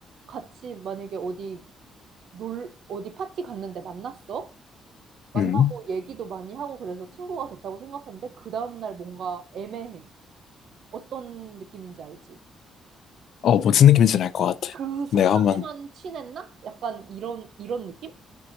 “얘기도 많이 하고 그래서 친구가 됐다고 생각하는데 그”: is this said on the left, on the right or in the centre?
Right